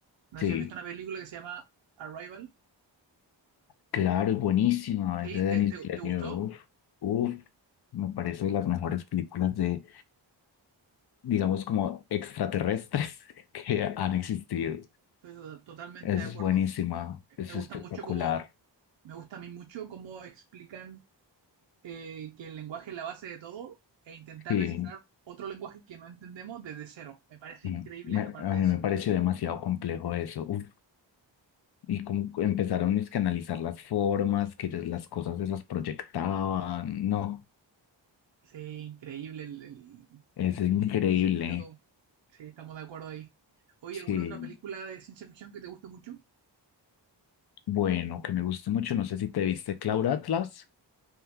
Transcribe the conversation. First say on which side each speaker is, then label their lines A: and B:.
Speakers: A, on the right (about 70°); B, on the left (about 60°).
A: no
B: Sí.
A: sé si has visto una película que se llama Arrival.
B: Claro, es buenísima,
A: ¿Sí?
B: es de Denis
A: ¿Te, te-
B: Villeneuve.
A: te gustó?
B: Uf, me parece de las mejores películas de, digamos, como extraterrestres <laughs> que han existido.
A: Estoy to- totalmente
B: Es
A: de acuerdo.
B: buenísima, es
A: Me gusta
B: espectacular.
A: mucho cómo, me gusta a mí mucho cómo explican eh, que el lenguaje es la base de todo e intentar
B: Sí,
A: descifrar otro lenguaje que no entendemos desde cero. Me parece
B: mm,
A: increíble
B: me-
A: esa parte
B: a
A: de
B: mí
A: eso.
B: me pareció demasiado complejo eso. Uf, y como empezaron es que a analizar las formas, que ellos- las cosas se las proyectaban. No,
A: Sí, increíble el, el-
B: es
A: el-
B: increíble.
A: el giro, todo. Sí, estamos de acuerdo ahí. Oye, ¿alguna
B: Sí,
A: otra película de ciencia ficción que te guste mucho?
B: bueno, que me gusta mucho. No sé si te viste Cloud Atlas.